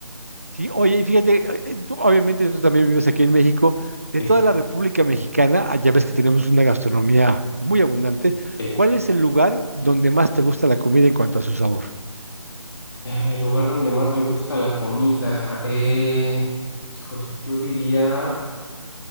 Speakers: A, on the right (about 25°); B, on the left (about 50°).
A: Sí, oye, y fíjate, eh, eh, tú, obviamente tú también vives aquí en México,
B: Sí.
A: de toda la República Mexicana, ah, ya ves que tenemos una gastronomía muy abundante,
B: sí.
A: ¿cuál es el lugar donde más te gusta la comida en cuanto a su sabor?
B: Ah, El lugar donde más me gusta la comida. eh, híjole, yo diría